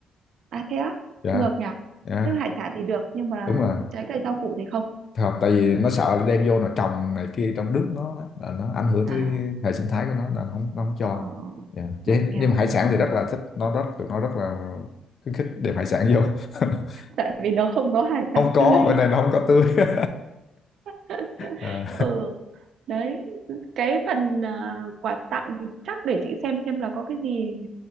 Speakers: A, on the right; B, on the left.
A: À thế á,
B: dạ
A: ngược nhỉ?
B: dạ
A: Tức hải sản thì được nhưng mà
B: đúng rồi
A: trái cây rau củ thì không.
B: không tại vì nó sợ là đem vô là trồng này kia trong nước nó đó, là nó ảnh hưởng
A: À,
B: tới hệ sinh thái của nó là nó không nó không cho
A: ờ,
B: Dạ.
A: ngặt
B: Chứ,
A: nghèo.
B: nhưng mà hải sản thì
A: Ừ.
B: rất là thích nó rất tụi nó rất là khuyến khích đem hải sản vô <laughs>
A: Tại vì nó không có hải sản
B: không có
A: tươi.
B: bữa nay nó không có tươi <laughs>
A: <laughs>
B: Ờ,
A: Ừ, đấy. Cái phần ờ, quà tặng thì chắc để chị xem xem là có cái gì